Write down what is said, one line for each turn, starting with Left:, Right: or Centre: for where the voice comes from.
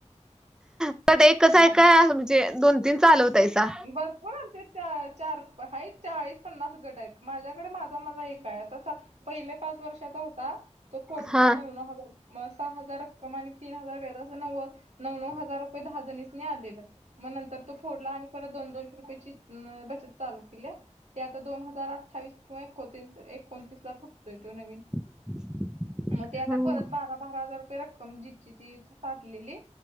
Centre: तेवढा एकच
Right: हा
Centre: हाय काय, म्हणजे दोन तीन चालवतायसा?
Right: भरपूर आमच्या इथं चार हाईत चाळीस, पन्नास गट हाईत माझ्याकडे माझा मला एक आहे. तसा पहिले पाच वर्षाचा होता. तो फोडला.
Centre: हा
Right: नव नव हजार सहा हजार रक्कम आणि तीन हजार व्याज असं नव्व नव नव हजार रुपये दहा जणीस आलेलं, मग नंतर तो फोडला आणि परत दोन दोनशे रुपयची न बचत चालू केल्या. ते आता दोन हजार अठ्ठावीस किंवा एकोतीस एकोणतीसला फुटतोय तो नवीन.
Centre: <inaudible>
Right: मग ते आता
Centre: हम्म
Right: परत बारा बारा हजार रुपये रक्कम जिची तीथ काटलेली